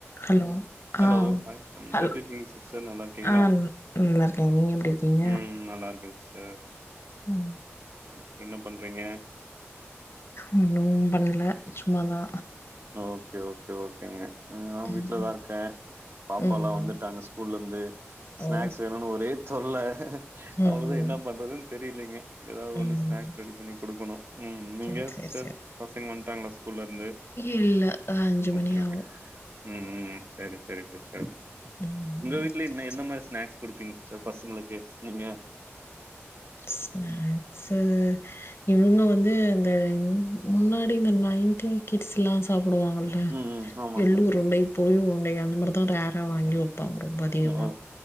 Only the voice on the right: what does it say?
hello
hi
எப்டிருக்கீங்க சிஸ்டர் நல்லாருக்கீங்ளா
ம் நல்லாருக்க சார்
ப்ப என்ன பண்றீங்க
ஓகே ஓகே ஓகேங்க ஆ நா
வீட்லதா இருக்கே பாப்பால்லா
வந்துட்டாங்க ஸ்கூல்லருந்து ஸ்நாக்ஸ்
வேணுனு ஒரே தொல்ல
அவ்ளதா என்ன பண்றதுன்னு தெரிலைங்க ஏதாது ஒண்ணு
ஸ்நாக்ஸ் ரெடி பண்ணி கொடுக்கணு ம் நீங்க
சர்
பசங்க வன்ட்டாங்ளா ஸ்கூல்லருந்து
ஓகே
ஓகே
ம் ம் ம் சரி சரி சிஸ்டர்
உங்க வீட்லயு
என்ன எந்த
மாரி ஸ்நாக்ஸ் குடுப்பீங்க சிஸ்டர் பசங்களுக்கு நீங்க
ம் ம் ஆமாங்க
ஓ